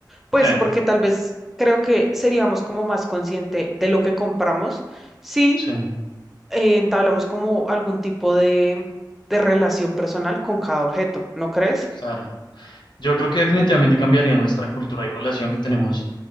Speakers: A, in the centre; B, on the left.
A: pues
B: Sí,
A: porque tal vez creo que seríamos como más consciente de lo que compramos si
B: sí,
A: eh, entablamos como algún tipo de, de relación personal con cada objeto, ¿no crees?
B: claro. Yo creo que definitivamente cambiaría nuestra cultura y relación que tenemos